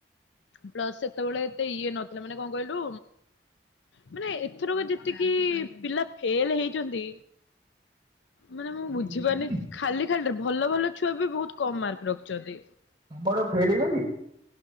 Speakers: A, on the left; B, on the right.
A: ପିଲା ସେତେବେଳେ ଏତେ ଇଏ ମାନେ କଣ କହିଲୁ ମାନେ ଏଥିରୁ ଯେତିକି ପିଲା ଫେଲ ହେଇ ଛନ୍ତି ମାନେ ମୁଁ
B: ତମର
A: ବୁଝିପାରୁନି
B: ଫେଲ ହେଇଛନ୍ତି?
A: ଖାଲି ଖାଲିଟା ରେ ଭଲ ଭଲ ଛୁଆ ବି ବହୁତ କମ୍ ମାର୍କ ରଖିଛନ୍ତି।
B: ମୋର ଫେଲ ହେଇଛନ୍ତି